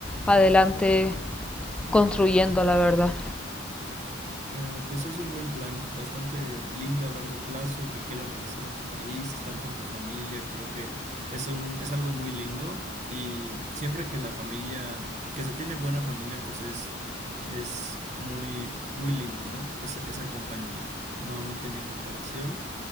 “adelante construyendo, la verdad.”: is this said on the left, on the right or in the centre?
Centre